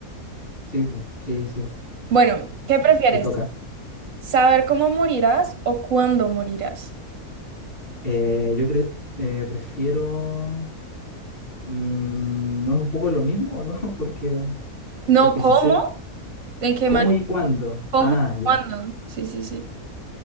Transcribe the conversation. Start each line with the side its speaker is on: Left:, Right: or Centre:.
Left: sí, pu, sí, sí,
Right: Bueno, ¿qué prefieres?
Left: te toca.
Right: ¿Saber cómo morirás o cuándo morirás?
Left: Eh, yo creo, prefiero, mm, ¿no es un poco lo mismo o no? <laughs> Porque,
Right: No
Left: porque
Right: cómo,
Left: si sé
Right: en qué
Left: cómo
Right: manera,
Left: y cuándo,
Right: cómo,
Left: ah, ya.
Right: cuándo. Sí, sí, sí.